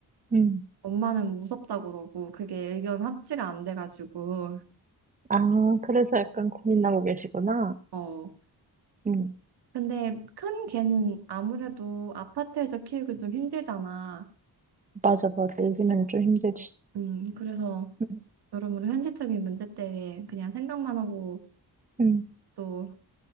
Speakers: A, on the right (about 20°); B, on the right (about 80°).
A: 음.
B: 엄마는 무섭다고 그러고, 그게 의견 합치가 안 돼가지고,
A: 아, 그래서 약간 고민하고 계시구나.
B: 어.
A: 음,
B: 근데 큰 개는 아무래도 아파트에서 키우기 좀 힘들잖아.
A: 맞아, 맞아. 요즘에는
B: 어,
A: 좀 힘들지.
B: 음, 그래서
A: 음,
B: 여러모로 현실적인 문제 때문에 그냥 생각만 하고
A: 음.
B: 또